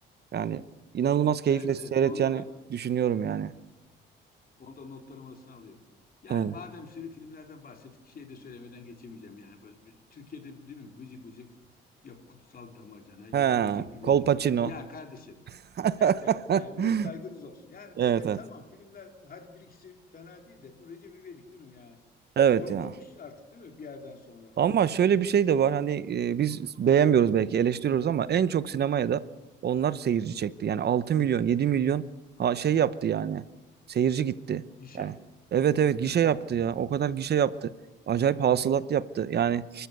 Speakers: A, on the right (about 55°); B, on the left (about 45°).
A: yani inanılmaz keyifle
B: Evet
A: seyredeceğini
B: evet onu da ben
A: düşünüyorum yani.
B: Onu da notlarım arasına alayım. Yani
A: He.
B: madem şöyle filmlerden bahsettik, şey de söylemeden geçemeyeceğim. Yani böyle bir- Türkiye'de değil mi vıcık vıcık yok Kutsal Damacana, yok
A: He,
B: Recep İvedik
A: Col Pacino.
B: falan. Ya kardeşim.
A: <laughs>
B: Evet evet yani biraz saygınız olsun. Yani
A: Evet
B: böyle
A: evet.
B: tamam filmler hadi bir ikisi fena değil de bu Recep İvedik değil mi? Yani
A: Evet
B: zorlamış
A: ya.
B: artık değil mi bir yerden sonra?
A: Ama şöyle bir şey de var hani e, biz beğenmiyoruz belki eleştiriyoruz ama en çok sinemaya da onlar seyirci çekti. Yani altı milyon yedi milyon ha, şey yaptı yani seyirci gitti.
B: İşe.
A: Yani evet evet
B: Evet
A: gişe yaptı
B: evet
A: ya o kadar gişe yaptı. Acayip hasılat yaptı. Yani